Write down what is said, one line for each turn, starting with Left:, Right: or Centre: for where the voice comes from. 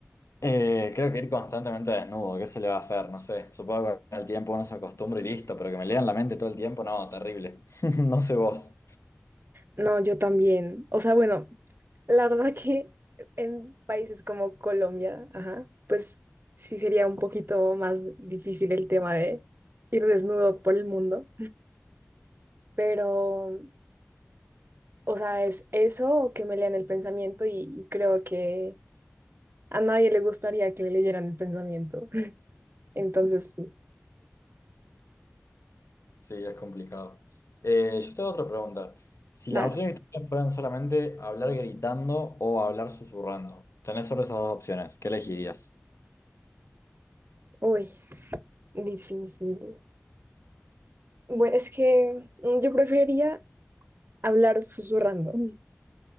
Left: Eh, creo que ir constantemente desnudo, ¿qué se le va a hacer? No sé, supongo que con el tiempo uno se acostumbra y listo, pero que me lean la mente todo el tiempo, no, terrible. <laughs> No sé vos.
Right: No, yo también. O sea, bueno, la verdad que en países como Colombia, ajá, pues sí sería un poquito más difícil el tema de ir desnudo por el mundo, pero, o sea, es eso o que me lean el pensamiento y creo que a nadie le gustaría que le leyeran el pensamiento. <laughs> Entonces,
Left: Sí, es complicado. Eh, yo tengo otra pregunta. Si
Right: Dale.
Left: las opciones que tienes fueran solamente hablar gritando o hablar susurrando, tenés solo esas dos opciones, ¿qué elegirías?
Right: Uy, difícil. Bueno, es que mm, yo preferiría hablar susurrando, Mm.